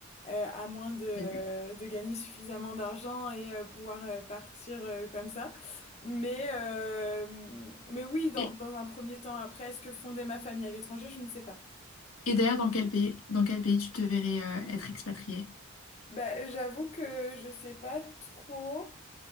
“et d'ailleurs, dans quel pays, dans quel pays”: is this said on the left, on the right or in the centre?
Left